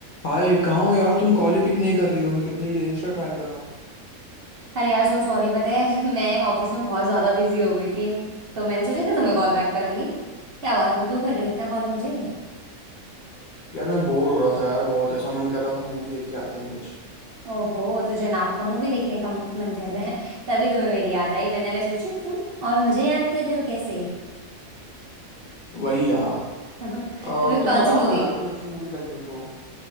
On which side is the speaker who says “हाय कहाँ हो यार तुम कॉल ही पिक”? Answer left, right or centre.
Left